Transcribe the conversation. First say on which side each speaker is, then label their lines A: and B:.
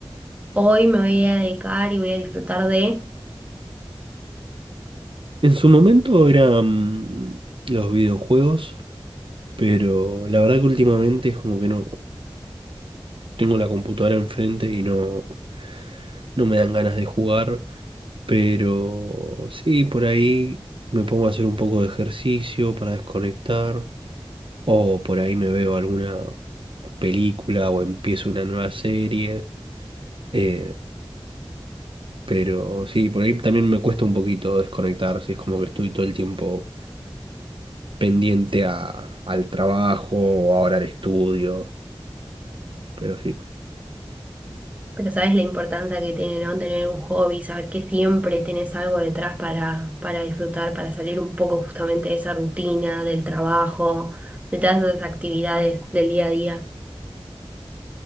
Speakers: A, on the right; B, on the right.
A: hoy me voy a dedicar y voy a disfrutar de...
B: En su momento eran los videojuegos, pero la verdad que últimamente es como que no tengo la computadora enfrente y no, no me dan ganas de jugar. Pero sí, por ahí me pongo a hacer un poco de ejercicio para desconectar. O por ahí me veo alguna película o empiezo una nueva serie. eh, pero sí, por ahí también me cuesta un poquito desconectar. si Es como que estoy todo el tiempo pendiente a, al trabajo o ahora al estudio. Pero sí.
A: Pero sabes la importancia que tiene, ¿no? Tener un hobby, saber que siempre tenés algo detrás para, para disfrutar, para salir un poco justamente de esa rutina, del trabajo, de todas esas actividades del día a día.